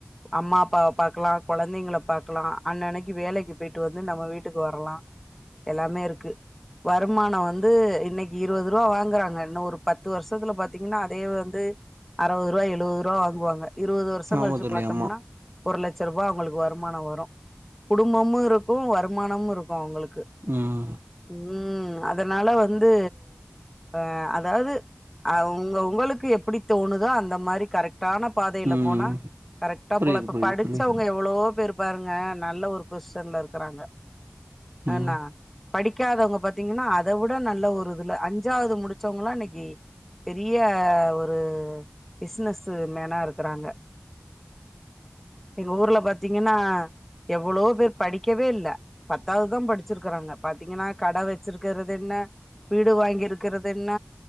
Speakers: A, in the centre; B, on the right.
A: அம்மா அப்பாவ பாக்கலா கொழந்தங்கல பாக்கலா அன்னன்னைக்கு வேலைக்கு போயிட்டு வந்து நம்ம வீட்டுக்கு வர்ரலா எல்லாமே இருக்கு வருமான வந்து இன்னைக்கு இருபது ரூபா வாங்குறாங்க இன்னு ஒரு பத்து வருஷத்துல பாத்தீங்கன்னா அதே வந்து அறவரூவா எழுவரூவா வாங்குவாங்க இருபது வருஷ் லா கழிச்சு
B: ஆமா தோழி
A: பாத்தம்னா
B: ஆமா
A: ஒரு லட்சரூபா அவங்களுக்கு வருமான வரு குடும்பமு இருக்கு வருமானமு இருக்கு அவுங்களுக்கு
B: ம்
A: ம் அதனால வந்து ஆ அதாவது அ உங்க உங்களுக்கு எப்படி தோணுதோ அந்த மாரி கரெக்டான பாதைல
B: ம்
A: போனா கரெக்டா
B: புரியுது
A: போலா இப்ப
B: புரியுது
A: படிச்சுவங்க
B: தோழி
A: எவ்ளோ பேரு பாருங்க நல்ல ஒரு போஸ்சன்ல இருக்கறாங்க
B: ம்
A: அன்னா படிக்காதவங்க பாத்தீங்கன்னா அத விட நல்ல ஒரு இதுல அஞ்சாவது முடிச்சவங்காலா இன்னைக்கு பெரிய ஒரு பிசினஸ் மேனா இருக்கிறாங்க எங்க ஊர்ல பாத்தீங்கன்னா எவ்ளோ பேர் படிக்கவே இல்ல பத்தாவதுதா படிச்சிருக்கறாங்க பாத்தீங்கன்னா கட வச்சிருக்கிறது என்ன வீடு வாங்கியிருக்கரது என்ன